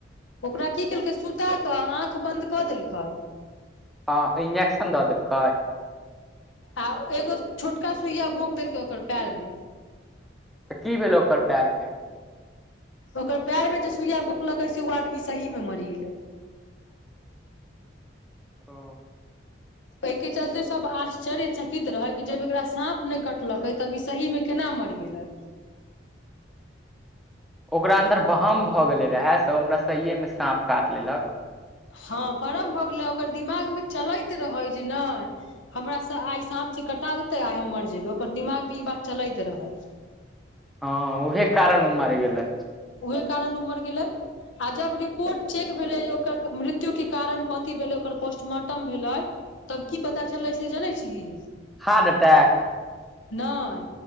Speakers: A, on the left; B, in the centre.
A: ओकरा की केलकै सुता कऽ आँख बन्द कऽ देलकै
B: आ इंजेक्शन दऽ देलकै?
A: आ एगो छोटका सुइया भोक देलकै ओकर पैर मे
B: तऽ की भेलै ओकर पैर के?
A: ओकर पैर में जे सुइया भोकलकै से ओ आदमी सही में मरि गेलै।
B: ओ।
A: एहिके चलते सब आश्चर्य चकित रहै कि जब एकरा साँप नहि कटलकै तब ई सही मे केना मरि गेलै।
B: ओकरा अन्दर बहम भऽ गेले रहै जे ओ सहिये मे साँप काटि लेलक।
A: हँ भरम भऽ गेलै, आ कर दिमाग मे चलैत रहै जे नहि हमरा आइ साँप से कटा देतै आइ हम मर जेबै, ओकर दिमाग मे ई बात चलैत रहै।
B: हँ ओहे कारण ओ मरि गेलै।
A: उहे कारण उ मर गेलै। आ जब रिपोर्ट चेक भेलै ओकर मृत्यु के कारण कथि भेलै ओकर पोस्टमार्टम भेलै तब की पता चललै से जानै छीही।
B: हार्ट अटैक
A: नै।